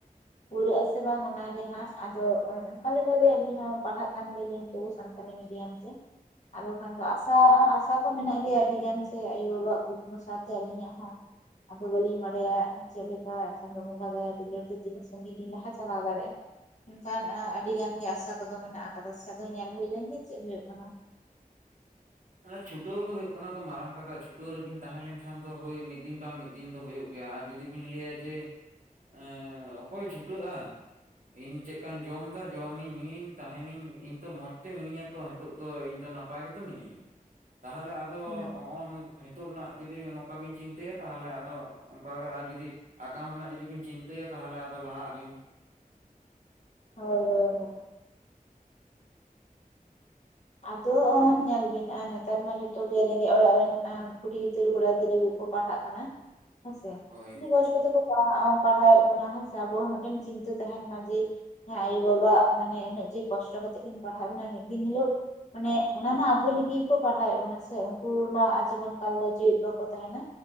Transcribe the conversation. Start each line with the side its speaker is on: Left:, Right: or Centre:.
Left: ᱯᱩᱨᱟᱹᱜ ᱟᱥᱮ ᱵᱟᱝ ᱚᱱᱟᱜᱮ ᱦᱟᱸᱜ ᱟᱫᱚ ᱚᱝᱠᱟ ᱞᱮᱠᱟᱜᱮ ᱟᱞᱤᱧ ᱦᱚᱸ ᱯᱟᱲᱦᱟᱜ ᱠᱟᱱ ᱜᱮᱭᱟᱞᱤᱧᱚ ᱛᱚᱵᱩ ᱥᱟᱱᱛᱟᱞᱤ ᱢᱰᱤᱭᱟᱢ ᱟᱫᱚ ᱠᱷᱟᱱ ᱫᱚ ᱟᱥᱟ ᱟᱥᱟ ᱠᱚ ᱢᱮᱱᱟᱜ ᱜᱮᱭᱟ ᱟᱹᱰᱤ ᱜᱟᱱ ᱥᱮ ᱟᱭᱳ-ᱵᱟᱵᱟ ᱟᱜ ᱠᱩ ᱚᱱᱟ ᱥᱟᱶᱛᱮ ᱟᱹᱞᱤᱧᱟᱜ ᱦᱚᱸ᱾ ᱟᱫᱚ ᱵᱟᱹᱞᱤᱧ ᱵᱟᱲᱟᱭᱟ ᱪᱮᱫ ᱞᱮᱠᱟ ᱪᱟᱸᱫᱳ ᱵᱚᱸᱜᱟ ᱫᱟᱭᱟ ᱫᱩᱞᱟᱹᱲ ᱛᱮ ᱛᱤᱹᱜ ᱥᱟᱺᱤᱧᱤᱧ ᱞᱟᱦᱟ ᱪᱟᱞᱟᱣ ᱫᱟᱲᱮᱭᱟᱜᱼᱟ᱾ ᱢᱮᱱᱠᱷᱟᱱ ᱟᱹᱰᱤ ᱜᱟᱱ ᱜᱮ ᱟᱥᱟ ᱠᱚᱫᱚ ᱢᱮᱱᱟᱜ ᱟᱠᱟᱫᱟ ᱥᱮ ᱟᱫᱚ ᱧᱮᱞ ᱦᱩᱭ ᱞᱮᱱ ᱜᱮ ᱪᱮᱫ ᱦᱩᱭᱩᱜ ᱠᱟᱱᱟ᱾
Right: ᱚᱱᱟ ᱪᱷᱩᱴᱟᱹᱣ ᱜᱮ ᱦᱩᱭᱩᱜ ᱠᱟᱱᱟ ᱛᱚ ᱢᱟᱨᱟᱝ ᱠᱟᱛᱷᱟ ᱪᱷᱩᱴᱟᱹᱣ ᱨᱮᱵᱤᱱ ᱛᱟᱦᱮᱸ ᱞᱮᱱᱠᱷᱟᱱ ᱫᱚ ᱦᱳᱭ ᱢᱤᱫ ᱫᱤᱱ ᱵᱟ ᱢᱤᱫ ᱫᱤᱱ ᱫᱚ ᱦᱩᱭᱩᱜ ᱜᱮᱭᱟ, ᱟᱨ ᱡᱩᱫᱤ ᱵᱤᱱ ᱞᱟᱹᱭᱟ ᱡᱮ ᱮᱸ ᱚᱠᱚᱭ ᱪᱷᱩᱴᱟᱹᱜᱼᱟ᱾ ᱤᱧ ᱪᱮᱫᱠᱟᱧ ᱡᱚᱢ ᱫᱟ ᱡᱚᱢᱤᱧ ᱧᱩᱭᱤᱧ ᱛᱟᱦᱮᱸᱱᱟᱧ ᱛᱚ ᱢᱚᱡᱽ ᱛᱮ ᱢᱤᱱᱟᱧᱟ, ᱛᱚ ᱦᱤᱛᱳᱜ ᱫᱚ ᱤᱧ ᱫᱚ ᱱᱟᱯᱟᱭ ᱜᱮᱛᱚ ᱢᱤᱱᱟᱹᱧᱟ, ᱛᱟᱦᱚᱞᱮ ᱟᱫᱚ
Left: ᱦᱩᱸ
Right: ᱦᱚᱜᱼᱚᱭ ᱡᱤᱛᱳᱜ ᱨᱮᱱᱟᱜ ᱡᱩᱫᱤ ᱱᱚᱝᱠᱟ ᱵᱤᱱ ᱪᱤᱱᱛᱟᱹᱭᱟ ᱛᱟᱦᱚᱞᱮ ᱟᱫᱚ ᱚᱱᱠᱟᱜᱮ ᱟᱨ ᱡᱩᱫᱤ ᱟᱜᱟᱢ ᱨᱮᱱᱟᱜ ᱡᱩᱫᱤ ᱵᱤᱱ ᱪᱤᱱᱛᱟᱹᱭᱟ ᱛᱟᱦᱚᱞᱮ ᱟᱫᱚ ᱞᱟᱦᱟᱜ ᱟᱵᱤᱱ
Left: ᱦᱚᱭ ᱦᱚᱭ ᱟᱫᱚ ᱚᱜ ᱧᱮᱞ ᱵᱤᱱ ᱟᱨ ᱱᱮᱛᱟᱨ ᱢᱟ ᱡᱚᱛᱚᱜ ᱜᱮ ᱨᱮᱸᱜᱮᱡ ᱚᱲᱟᱜ ᱨᱮᱱ ᱠᱩᱲᱤ ᱜᱤᱫᱽᱨᱟᱹ ᱠᱚᱲᱟ ᱜᱤᱫᱽᱨᱟᱹ ᱜᱮᱠᱚ ᱯᱟᱲᱦᱟᱜ ᱠᱟᱱᱟ ᱦᱮᱸᱥᱮ
Right: ᱦᱳᱭ
Left: ᱟᱹᱰᱤ ᱠᱚᱥᱴᱚ ᱛᱮᱠᱚ ᱯᱟ ᱟᱜ ᱯᱟᱲᱦᱟᱣᱮᱫ ᱵᱚᱱᱟ ᱦᱮᱸ ᱥᱮ ᱟᱵᱚ ᱦᱚᱸ ᱢᱤᱫᱴᱮᱱ ᱪᱤᱱᱛᱟᱹ ᱛᱟᱦᱮᱱ ᱢᱟ ᱡᱮ ᱦᱮᱸ ᱟᱭᱳ ᱵᱟᱵᱟᱟᱜ ᱢᱟᱱᱮ ᱩᱱᱟᱹᱜ ᱡᱮ ᱠᱚᱥᱴᱚ ᱠᱟᱛᱮᱜ ᱠᱤᱱ ᱯᱟᱲᱦᱟᱣ ᱮᱫ ᱵᱚᱱᱟ ᱢᱤᱫ ᱫᱤᱱ ᱦᱤᱞᱳᱜ ᱢᱟᱱᱮ ᱚᱱᱟᱢᱟ ᱟᱵᱚ ᱞᱟᱹᱜᱤᱫ ᱜᱮᱠᱚ ᱯᱟᱲᱦᱟᱣᱮᱫ ᱵᱚᱱᱟ ᱥᱮ ᱩᱱᱠᱩ ᱢᱟ ᱡᱤᱵᱚᱱ ᱠᱟᱞ ᱫᱚ ᱡᱮᱣᱮᱫ ᱵᱟᱠᱚ ᱛᱟᱦᱮᱱᱟ